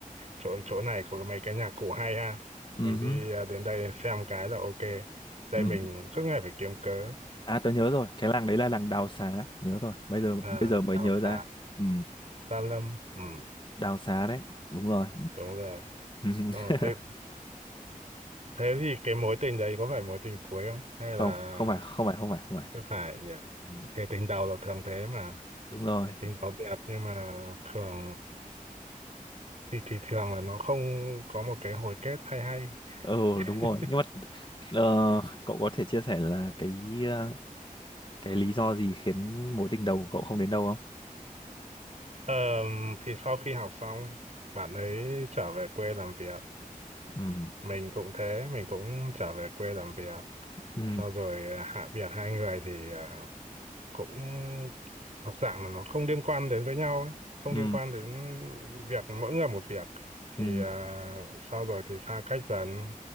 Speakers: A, on the right; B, on the left.
A: chỗ chỗ này có mấy cái nhạc cụ hay ha
B: Ừ.
A: mình
B: hứ,
A: đi à, đến đây xem cái là ok đây
B: Ừ.
A: mình suốt ngày phải kiếm cớ
B: À tớ nhớ rồi, cái làng đấy là làng Đào Xá, nhớ rồi. Bây giờ
A: à
B: bây giờ mới
A: đào
B: nhớ
A: xà
B: ra. Ừ,
A: sa lâm ừ
B: Đào Xá đấy, đúng rồi.
A: đúng rồi
B: Ừ. <laughs>
A: Đúng thế thế thì cái mối tình đấy có phải mối tình cuối không hay
B: Không,
A: là
B: không phải, không phải, không phải, không phải.
A: chưa phải nhỉ
B: Ừ.
A: thế tình đầu là thường thế mà
B: Đúng rồi.
A: tính đó đẹp nhưng mà thường thì thì thường là nó không có một cái hồi kết hay hay
B: Ừ,
A: <laughs>
B: đúng rồi. Nhưng mà ờ, cậu có thể chia sẻ là cái ờ, cái lý do gì khiến mối tình đầu của cậu không đến đâu không?
A: Ờ, thì sau khi học xong bạn ấy trở về quê làm việc
B: Ừ.
A: mình cũng thế mình cũng trở về quê làm việc
B: Ừ.
A: sau rồi à, hạ việc hai người thì à, cũng thuộc dạng là nó không liên quan đến với nhau ấy không
B: Ừ.
A: liên quan đến việc mỗi người một việc thì
B: Ừ.
A: à, sau rồi thì xa cách dần